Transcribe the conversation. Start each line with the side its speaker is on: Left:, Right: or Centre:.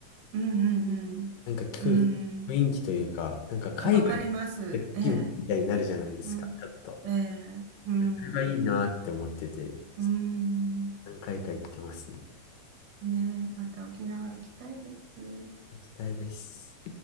Right: うん、うん。
Left: なんか空
Right: うん。うん
Left: 雰囲気というか、なんか海外
Right: あ、わかります。
Left: の気分みたいになるじゃないですか、
Right: ええ、うん。
Left: ちょっと。
Right: ええ、うん。
Left: それがいいなって思ってて、
Right: うん。
Left: 何回か行ってますね。
Right: ねえ、また沖縄行きたいです。
Left: 期待です。